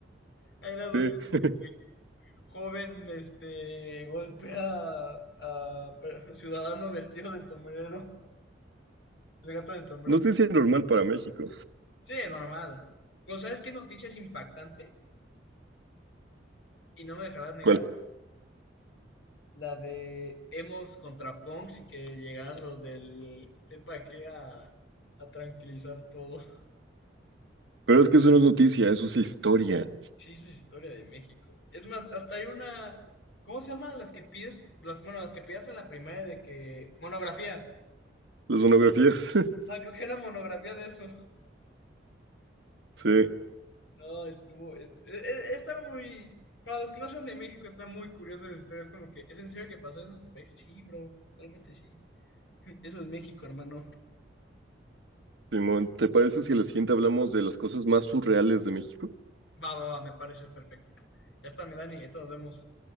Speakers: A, on the left; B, on the right.
A: Hay las noticias
B: Sí,
A: de que joven, este, golpea a, a ciudadano vestido del sombrero, el gato del sombrero
B: noticia
A: que...
B: normal para México.
A: Sí, normal. Pero ¿sabes qué noticia es impactante? Y no me dejarás negar.
B: ¿Cuál?
A: la de Hemos contra Punks y que llegaron los del sepa qué a, a tranquilizar todo.
B: Pero es que eso no es noticia, eso es historia.
A: Sí, esa es historia de México. Es más, hasta hay una, ¿cómo se llaman las que pides? Las, bueno, las que pedías en la primaria de que monografía.
B: Las monografías. <laughs>
A: Ah, creo que era monografía de eso.
B: Sí,
A: No, estuvo, es- e- e- está muy, para los que no son de México, está muy curiosa esa historia. Es como que, ¿es en serio que pasó eso en tu país? Sí, bro, realmente sí. Eso es México, hermano.
B: Simón, ¿te parece si a la siguiente hablamos de las cosas más surreales de México?
A: Va, va, va, me parece perfecto. Ya está, mi Dani, entonces nos vemos.